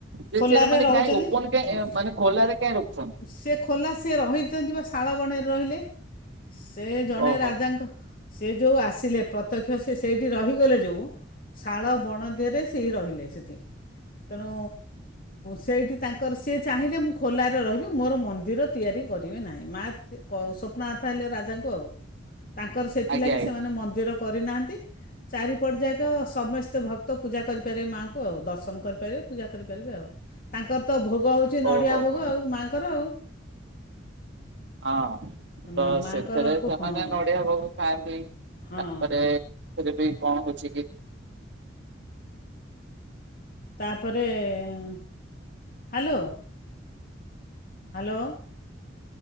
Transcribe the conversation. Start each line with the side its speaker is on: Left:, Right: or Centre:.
Right: ଯେ
Left: ଖୋଲାରେ
Right: ସେ ମାନେ
Left: ରହୁଛନ୍ତି।
Right: କାହିଁ ଓପନ କାହିଁ
Left: ହଁ
Right: ମାନେ ଖୋଲାରେ କାହିଁ ରଖୁଛନ୍ତି।
Left: ସେ ଖୋଲା ସିଏ ରହିଛନ୍ତି ପା। ଶାଳ ବଣେରେ ରହିଲେ। ସେ ଜଣେ
Right: ଓହୋ।
Left: ରାଜାଙ୍କ ସେ ଯେଉଁ ଆସିଲେ ପ୍ରତ୍ୟକ୍ଷ ସେ ସେଇଠି ରହିଗଲେ ଯୋଉ। ଶାଳ ବଣ ଦେହେରେ ସେଇ ରହିଲେ ସେଠି। ତେଣୁ ସେଇଠି ତାଙ୍କର ସିଏ ଚାହିଁଲେ ମୁଁ ଖୋଲାରେ ରହିବି। ମୋର ମନ୍ଦିର ତିଆରି କରିବି ନାହିଁ। ମା କ ସ୍ୱପ୍ନଥା ହେଲେ ରାଜାଙ୍କୁ ଆଉ। ତାଙ୍କର ସେଥିଲାଗି
Right: ଆଜ୍ଞା ଆଜ୍ଞା
Left: ସେମାନେ ମନ୍ଦିର କରିନାହାଁନ୍ତି। ଚାରିପଟ ଯାକ ସମସ୍ତେ ଭକ୍ତ ପୂଜା କରିପାରିବେ ମାଆଙ୍କୁ ଆଉ। ଦର୍ଶନ କରିପାରିବେ ପୂଜା କରିପାରିବେ ଆଉ। ତାଙ୍କର ତ ଭୋ ଗ ଉଛି
Right: ହଁ
Left: ନଡିଆ
Right: ଓହୋ
Left: ଭୋଗ
Right: ହୋ
Left: ଆଉ ମାଆଙ୍କର ଆଉ।
Right: ହଁ ତ
Left: ନା ମାଆଙ୍କରକୁ
Right: ସେଥିରେ ସେମାନେ
Left: ହଁ
Right: ନଡିଆ ହବାକୁ ଖାଆଁନ୍ତି।
Left: ହଁ
Right: ତାପରେ ରେ ବି କଣ ହଉଛି। <unintelligible>
Left: ତାପରେ ଏଁ ହ୍ୟାଲୋ। ହାଲୋ।